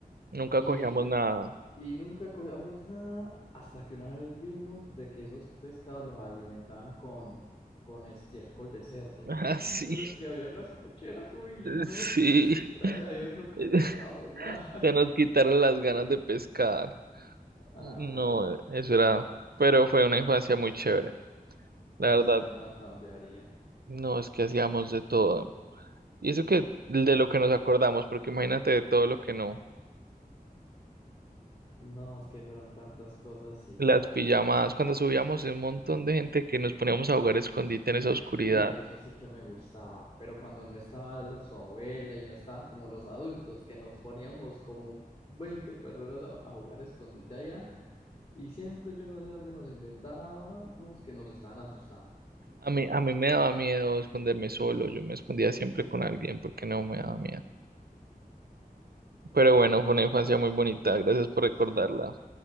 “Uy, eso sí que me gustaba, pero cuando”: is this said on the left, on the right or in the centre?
Left